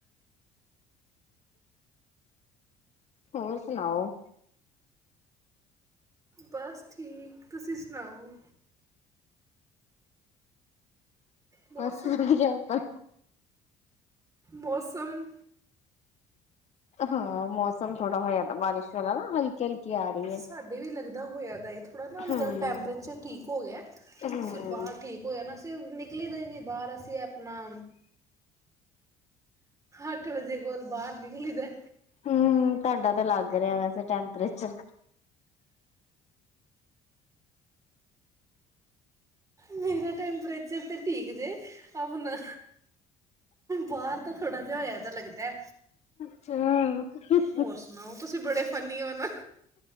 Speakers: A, on the left; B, on the right.
A: ਹੋਰ ਸੁਣਾਓ
B: ਬਸ ਠੀਕ ਤੁਸੀਂ ਸੁਣਾਓ। ਮੌਸਮ
A: ਬਸ ਠੀਕ ਆਪਾ।
B: ਮੌਸਮ।
A: ਹਾਂ ਮੌਸਮ ਥੋੜਾ ਹੋ ਜਾਂਦਾ ਬਾਰਿਸ਼ ਵਾਲਾ ਨਾ ਹਲਕਾ। <unintelligible> <unintelligible>
B: ਸਾਡੇ ਵੀ ਲੱਗਦਾ ਹੋਇਆ ਤਾਂ ਇਹ ਥੋੜ੍ਹਾ ਨਾ ਅੰਦਰ
A: ਹਮ
B: ਟੈਂਪਰੇਚਰ ਠੀਕ ਹੋ ਗਿਆ
A: ਹਮ
B: ਫਿਰ ਬਾਹਰ। ਠੀਕ ਹੋਇਆ ਨਾ ਅਸੀਂ ਨਿਕਲੀ ਦਾ ਹੀ ਨਹੀਂ ਬਾਹਰ ਅਸੀਂ ਆਪਣਾ ਅੱਠ ਵਜੇ ਕੋਲ ਬਾਹਰ ਨਿਕਲੀ ਦਾ।
A: ਹਮ ਤੁਹਾਡਾ ਤੇ ਲੱਗ ਰਿਹਾ ਵੈਸੇ ਟੈਂਪਰੇਚਰ।
B: ਮੇਰਾ ਟੈਂਪਰੇਚਰ ਤਾਂ ਠੀਕ ਜੇ ਆਪਣਾ ਬਾਹਰ ਤਾਂ ਥੋੜ੍ਹਾ ਜਿਹਾ ਹੋਇਆ ਤਾਂ ਲੱਗਦਾ।
A: ਹਹ
B: ਹੋਰ ਸੁਣਾਓ ਤੁਸੀਂ ਬੜੇ ਫੰਨੀ ਆਨ